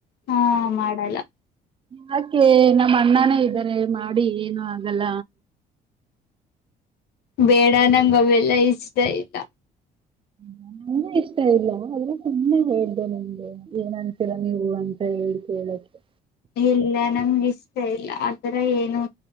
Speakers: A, on the left; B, on the right.
A: ಹಾ ಮಾಡಲ್ಲ.
B: ಯಾಕೆ ನಮ್ಮ ಅಣ್ಣಾನೇ ಇದ್ದಾರೆ ಮಾಡಿ ಏನು ಆಗಲ್ಲ.
A: ಬೇಡ ನಂಗ ಅವೆಲ್ಲಾ ಇಷ್ಟ ಇಲ್ಲ.
B: ನನಗೂ ಇಷ್ಟ ಇಲ್ಲ ಆದ್ರೆ ಸುಮ್ಮನೆ ಹೇಳ್ದೆ ನಿಮ್ಗೆ ಏನ್ ಅನ್ತೀರ ನೀವು ಅಂತ ಹೇಳಿ ಕೇಳಕ್ಕೆ
A: ಇಲ್ಲ ನಮ್ಗ ಇಷ್ಟ ಇಲ್ಲ ಆತರ ಏನು